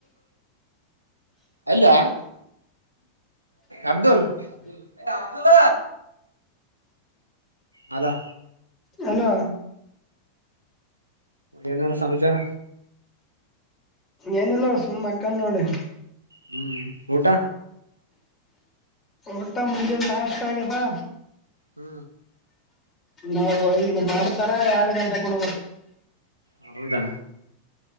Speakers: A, on the right; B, on the left.
A: ಅಲ್ಲ? ಅಬ್ದುಲ್ ಏ ಅಬ್ದುಲ್ಲ ಹಲೋ
B: ಹಲೋ
A: ಏನಡ ಸಮಾಚಾರ?
B: ಏನಿಲ್ಲ ಸುಮ್ ಮಕ್ಕಂಡ್ ನೋಡಿ.
A: ಹ್ಮ ಊಟ?
B: ಊಟ ಮುಂಜೆಲ್ ನಾಷ್ಟ ಆಗ್ಯದಾ
A: ಹ್ಮ
B: ನಾವು ಇದು ಮಾಡ್ತಾರ ಎರಡು ಗಂಟೆಕ್ ಉಣ್ಬೇಕು.
A: ಹೌದಾ?